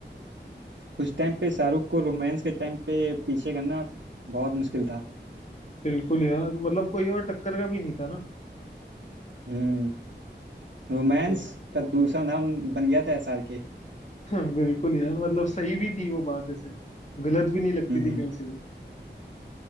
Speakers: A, on the right (about 70°); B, on the left (about 40°).
A: उस टाइम पे शाहरुख को रोमांस के टाइम पे पीछे करना बहुत मुश्किल था
B: बिल्कुल यार मतलब कोई और टक्कर का भी नहीं था ना
A: हम्म रोमांस
B: वो तो है।
A: का दूसरा नाम बन गया था एसआरके
B: <laughs> हाँ, बिल्कुल यार मतलब सही भी थी वो बात ऐसे गलत भी नहीं लगती
A: हम्म
B: थी कहीं से भी